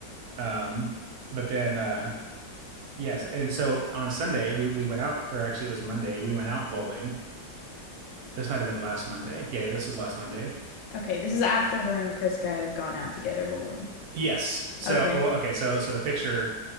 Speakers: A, on the right (about 70°); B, on the left (about 80°).
A: Um, but then uh yes, and so on Sunday we we went out, or actually it was Monday. We went out bowling. This might have been last Monday. Yeah, yeah, this was last Monday.
B: Okay, this is after her and the Chris guy have gone out together bowling.
A: Yes. So
B: Okay.
A: oh, okay, so so the picture